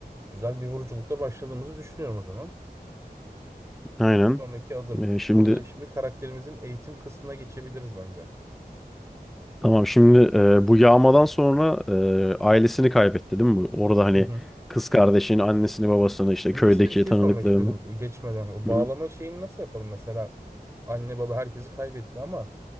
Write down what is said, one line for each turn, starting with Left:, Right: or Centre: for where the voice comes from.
Right: Güzel bir vuruculukta başladığımızı düşünüyorum o zaman.
Centre: Aynen.
Right: Bir sonraki adım.
Centre: Ee, şimdi
Right: Burada şimdi karakterimizin eğitim kısmına geçebiliriz bence.
Centre: tamam şimdi e, bu yağmadan sonra e, ailesini kaybetti değil mi bu? Orada hani
Right: Hı hı.
Centre: kız kardeşini, annesini, babasını işte
Right: Öncesinde
Centre: köydeki
Right: bir şey
Centre: tanıdıklarını.
Right: sormak istiyorum bu geçmeden. O bağlama
Centre: Hı hı.
Right: şeyini nasıl yapalım mesela? Anne baba herkesi kaybetti ama